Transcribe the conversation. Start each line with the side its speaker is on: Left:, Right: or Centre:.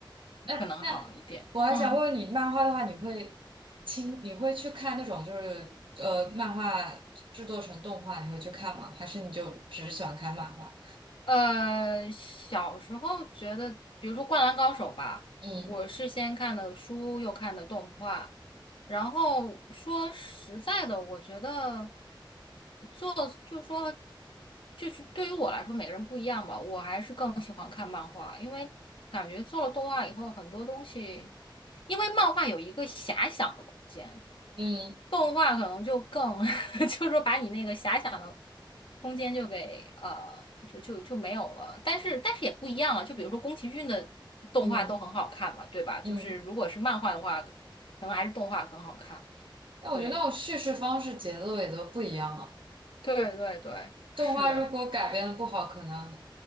Right: 哎，
Left: 可能好一点。
Right: 那我还想问问你，
Left: 嗯。
Right: 漫画的话，你会亲，你会去看那种就是呃，漫画制作成动画，你会去看吗？还是你就只喜欢看漫画？
Left: 呃，小时候觉得，比如说《灌篮高手》吧，
Right: 嗯
Left: 我是先看的书，又看的动画。然后说实在的，我觉得做就是说，就是对于我来说，每个人不一样吧。我还是更喜欢看漫画，因为感觉做了动画以后，很多东西，因为漫画有一个遐想的空间。
Right: 嗯
Left: 动画可能就更，<laughs> 就是说把你那个遐想的空间就给呃，就就就没有了。但是但是也不一样了，就比如说宫崎骏的动画都很好看嘛，
Right: 嗯
Left: 对吧？就是如果是漫画的话，
Right: 嗯。
Left: 可能还是动画更好看。
Right: 那我觉得那种叙事方式、
Left: 对
Right: 节奏也都不一样啊。
Left: 对对对，是，
Right: 动画如果改编的不好，可能